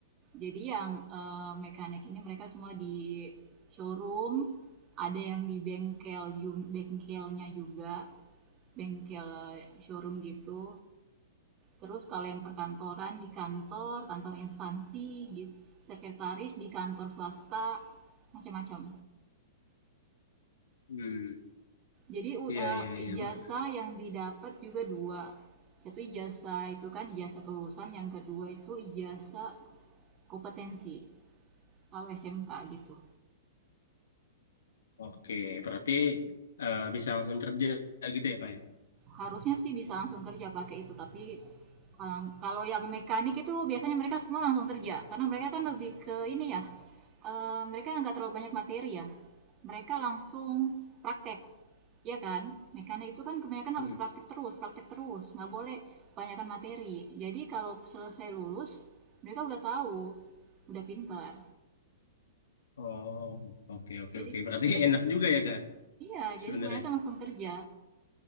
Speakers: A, on the right; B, on the left.
A: Jadi yang, eee, mekanik ini mereka semua di showroom, ada yang di bengkel jug bengkelnya juga, bengkel eh, showroom gitu. Terus kalau yang perkantoran di kantor, kantor instansi, git sekretaris di kantor swasta, macam-macam.
B: Hmm,
A: Jadi, u
B: iya
A: e,
B: iya iya.
A: ijazah
B: Pak.
A: yang didapat juga dua, Satu ijazah itu kan ijazah kelulusan, yang kedua itu ijazah kompetensi, kalau SMK gitu.
B: Oke, berarti eh, bisa langsung kerja gitu ya Kak ya?
A: harusnya sih bisa langsung kerja pakai itu tapi kalau- kalau yang mekanik itu biasanya mereka semua langsung kerja karena mereka kan lebih ke ini ya eh, mereka nggak terlalu banyak materi ya mereka langsung praktek ya kan mekanik itu kan kebanyakan
B: Hmm.
A: harus praktek terus praktek terus nggak boleh kebanyakan materi jadi kalau selesai lulus mereka udah tahu udah pintar
B: Oh, oke oke
A: jadi
B: oke. Berarti
A: jadi
B: enak juga ya Kak
A: iya jadi
B: sebenarnya.
A: kebanyakan langsung kerja